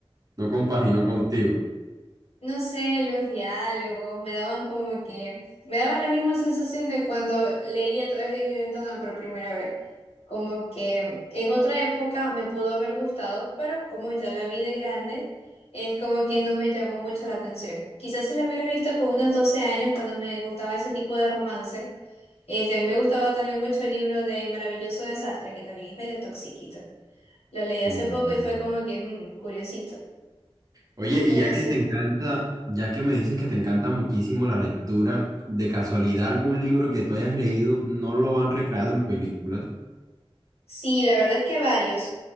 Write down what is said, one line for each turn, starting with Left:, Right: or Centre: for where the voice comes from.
Right: no compaginó contigo.
Left: No sé, los diálogos me daban como que, me daban la misma sensación de cuando leí a través de mi ventana por primera vez. Como que en otra época me pudo haber gustado, pero como ya la vi de grande, es como que no me llamó mucho la atención. Quizás si la hubiera visto con unos 12 años, cuando me gustaba ese tipo de romance. Este, a mí me gustaba también mucho el libro de Maravilloso Desastre, que también es medio toxiquito. Lo leí hace
Right: Mm,
Left: poco y fue como que, mm, curiosito.
Right: Oye, y
Left: Pero
Right: ya que
Left: sí,
Right: te encanta, ya que me dices que te encanta muchísimo la lectura, ¿de casualidad algún libro que tú hayas leído no lo han recreado en películas?
Left: Sí, la verdad es que varios.